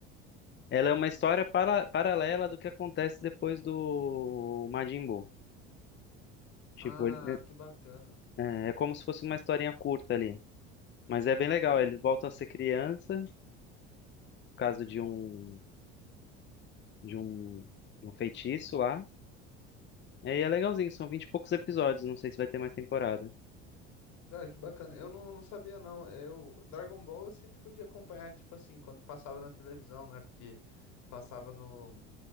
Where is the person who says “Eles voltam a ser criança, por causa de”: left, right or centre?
Left